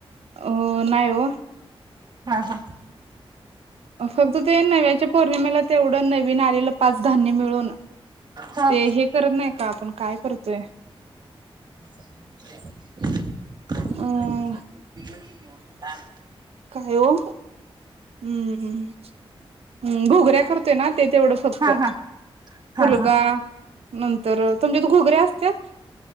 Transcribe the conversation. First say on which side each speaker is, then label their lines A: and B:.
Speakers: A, on the right; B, on the right.
A: अं नाही हो...
B: हा हा
A: फक्त ते नव्याच्या पौर्णिमेला तेवढं नवीन आलेलं पाच धान्य मिळून..
B: हा
A: ते हे करत नाही का? आपण काय करतोय
B: <inaudible> <unintelligible>
A: अं काय हो? हं हं घोगऱ्या करतोय ना.. ते तेवढं फक्त
B: हा हा हा
A: फुलगा
B: हा
A: नंतर तुमच्या त घोगऱ्या अस तेात <unintelligible>